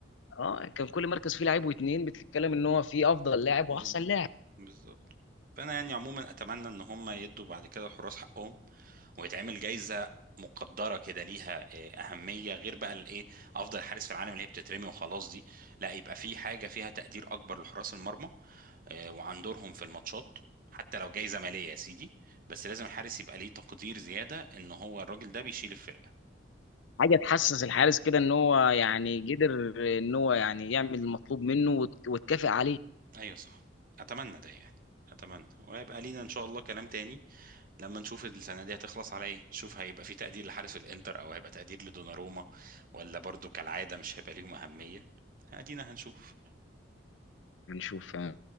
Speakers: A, on the left; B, on the right.
A: اه كان كل مركز فيه لعيب واثنين بتتكلم ان هو فيه افضل لاعب
B: مم.
A: واحسن لاعب
B: بالظبط فانا يعني عموما اتمنى ان هم يدوا بعد كده الحراس حقهم ويتعمل جايزه مقدره كده ليها آه، اهميه غير بقى الايه افضل حارس في العالم اللي هي بتترمي وخلاص دي لا يبقى في حاجه فيها تقدير اكبر لحراس المرمى آه، وعن دورهم في الماتشات حتى لو جايزه ماليه يا سيدي بس لازم الحارس يبقى ليه تقدير زياده ان هو الراجل ده بيشيل الفرقه
A: حاجه تحسس الحارس كده ان هو يعني قدر ان هو يعني يعمل المطلوب منه وت- وتكافئ عليه
B: ايوه صح اتمنى ده يعني اتمنى ويبقى لينا ان شاء الله كلام تاني لما نشوف السنه دي هتخلص على ايه شوف هيبقى في تقدير لحارس الانتر او هيبقى تقدير لدوناروما ولا برضو كالعاده مش هيبقى ليهم اهميه ادينا هنشوف
A: هنشوف